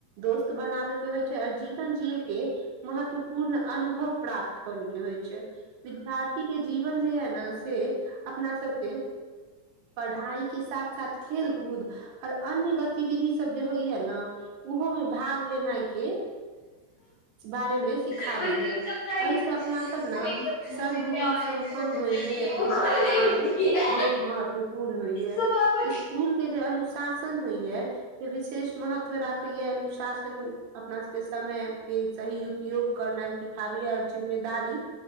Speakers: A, on the right; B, on the left.
A: दोस्त बनाबे के होइ छै अजी अपन जीये के महत्वपूर्ण अनुभव प्राप्त करे के होइ छै विद्यार्थी के जीवन जे यै ने से अपना सबके पढ़ाइ के साथ साथ खेल कूद ओर अन्य गतिविधि सब जे होइया ने ओहो मे भाग लेनाइ के बारे मे सिखाबैए
B: समझाएंगे
A: एहिसँ
B: वो
A: अपना सब न
B: एकदम
A: सर्व
B: वो विद्या
A: गुण
B: और
A: सम्पन्न
B: वो नदी
A: होइ मे
B: वो खुद
A: काश
B: नहीं
A: मे
B: उठती है।
A: बहुत महत्वपूर्ण होइ है
B: सुबह
A: स्कूल के जे अनुशासन होइ य जे विशेष महत्व राखैए अनुशासन अपना सब से समय के सही उपयोग करनाइ सिखाबै आ ओर जिम्मेदारी